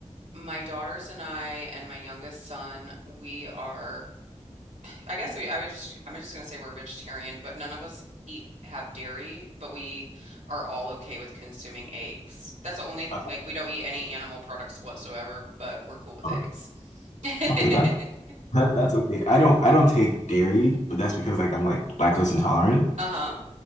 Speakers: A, on the right; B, on the left.
A: my daughters and I and my youngest son, we are I guess we, I would just, I'm just going to say we're vegetarian, but none of us eat, have dairy, but we are all okay with consuming eggs. That's the only,
B: Uh,
A: like, we don't eat any animal products whatsoever, but we're cool with
B: Okay.
A: eggs. <laughs>
B: Okay, that That, that's okay. I don't I don't take dairy, but that's because like I'm like lactose intolerant.
A: Uh-huh.
B: <laughs>